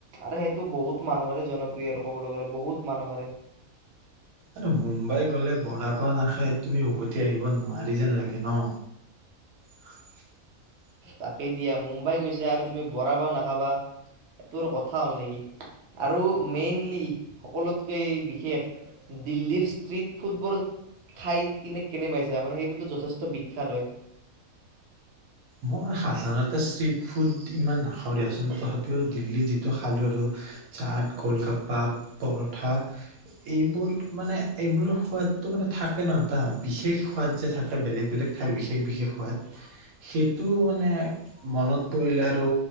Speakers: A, on the right; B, on the right.
A: আৰে সেইটো বহুত মানুহৰে জনপ্ৰিয় আৰু ক'বলৈ গ'লে বহুত মানুহৰে
B: আৰু মুম্বাই গ'লে বৰা পাও নাখাই তুমি উভতি আহিব নোৱাৰি যেন লাগে ন। <unintelligible>
A: তাকেই দিয়া, মুম্বাই গৈছা আৰু তুমি বৰা পাও নাখাবা সেইটোৰ কথা হ'ল নেকি আৰু মেইনলি সকলোতকে বিশেষ দিল্লীৰ ষ্ট্ৰিট ফুটবোৰ খাই কিনে কেনে পাইছা? মানে সেইটো যথেষ্ট বিখ্যাত হয়।
B: মই সাধাৰণতে ষ্ট্ৰিট ফুড ইমান নাখা নাখাও দিয়াচোন তথাপিও দিল্লী যিটো খালোঁ আৰু চাট কলগপ্পা, পৰঠা এইবোৰ মানে এইবোৰৰ সোৱাদটো মানে থাকে ন এটা, বিশেষ সোৱাদ যে থাকে বেলেগ বেলেগ ঠাইৰ বিশেষ বিশেষ সোৱাদ সেইটো মানে মনত পৰিলে আৰু